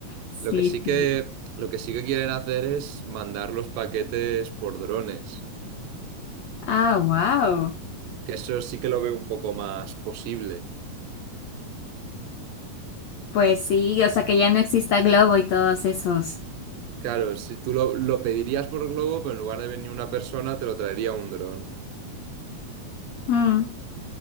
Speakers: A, on the left; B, on the right.
A: Sí,
B: Lo que sí que,
A: sí.
B: lo que sí que quieren hacer es mandar los paquetes por drones.
A: Ah, wow.
B: Que eso sí que lo veo un poco más posible.
A: Pues sí, o sea que ya no exista Globo y todos esos.
B: Claro, si tú lo, lo pedirías por globo, pero en lugar de venir una persona, te lo traería un dron.
A: Mm.